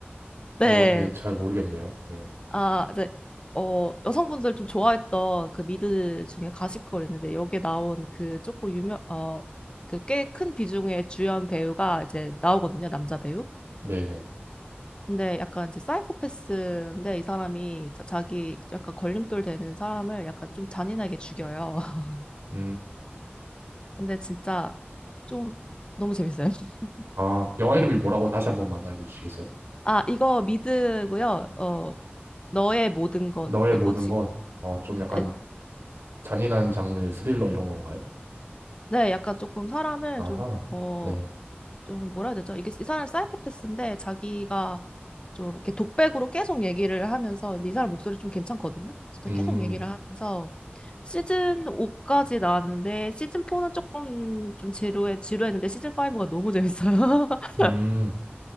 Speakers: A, on the right; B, on the left.
A: 어,
B: 네,
A: 네, 잘 모르겠네요. 네.
B: 아, 이제 어, 여성분들 좀 좋아했던 그 미드 중에 가십걸 있는데 여기에 나온 그 조금 유명 어, 그 꽤 큰 비중의 주연 배우가 이제 나오거든요, 남자 배우.
A: 네네.
B: 근데 약간 이제 사이코패스인데 이 사람이 자, 자기 약간 걸림돌 되는 사람을 약간 좀 잔인하게 죽여요. <laughs>
A: 음,
B: 근데 진짜 좀 너무 재밌어요. <laughs>
A: 아, 영화 이름이 뭐라고 다시 한 번만 알려주시겠어요?
B: 아, 이거 미드고요. 어, 너의 모든 것이고
A: 너의 모든
B: 지,
A: 것, 어, 좀 약간
B: 네,
A: 잔인한 장르 스릴러 이런 건가요?
B: 네, 약간 조금 사람을
A: 아하,
B: 좀어
A: 네.
B: 좀 뭐라 해야 되죠? 이게 이 사람 사이코패스인데 자기가 좀 이렇게 독백으로 계속 얘기를 하면서 근데 이 사람 목소리 좀 괜찮거든요. 진짜
A: 음,
B: 계속 얘기를 하면서 시즌 5까지 나왔는데 시즌 4는 조금 좀 지루해 지루했는데 시즌 5가 너무 재밌어요. <laughs>
A: 음.